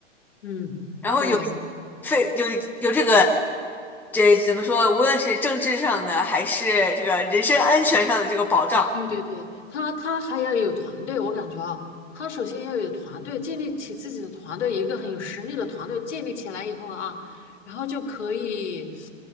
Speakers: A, on the left; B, in the centre.
A: 嗯，
B: 然后有
A: 对
B: 非有有这个这怎么说？无论是政治上的还是这个人身安全上的这个保障，
A: 对对对，他他还要有团队，我感觉啊，他首先要有团队，建立起自己的团队，一个很有实力的团队建立起来以后啊，然后就可以